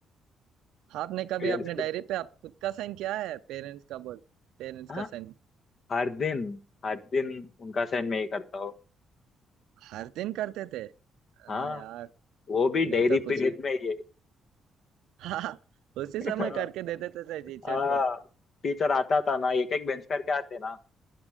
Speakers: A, on the right (about 90°); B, on the left (about 50°).
A: हाँ, आपने कभी
B: पेरेंट्स
A: अपने डायरी
B: को
A: पे आप खुद का साइन किया है पेरेंट्स का बोल पेरेंट्स
B: हाँ
A: का साइन
B: हर दिन हर दिन उनका साइन मैं ही करता हूँ
A: हर दिन करते थे हाँ
B: हाँ
A: यार
B: वो भी
A: मैं
B: डेयरी
A: तो कुछ
B: पीरियड
A: ही
B: में ही
A: <laughs> हाँ उसी समय
B: है <laughs>
A: करके देते थे टीचर
B: हाँ
A: को
B: टीचर आता था ना एक एक बेंच करके आते ना